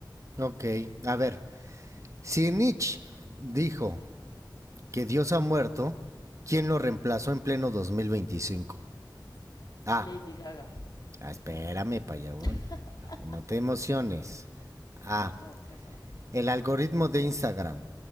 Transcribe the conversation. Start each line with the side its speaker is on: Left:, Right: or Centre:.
Right: Ok, a ver. Si Nietzsche dijo que Dios ha muerto, ¿quién lo reemplazó en pleno 2025? A.
Left: Lady
Right: Ah,
Left: Gaga.
Right: ah, espérame, para allá voy.
Left: <laughs>
Right: No te emociones. A.
Left: Perdón, perdón.
Right: El algoritmo de Instagram.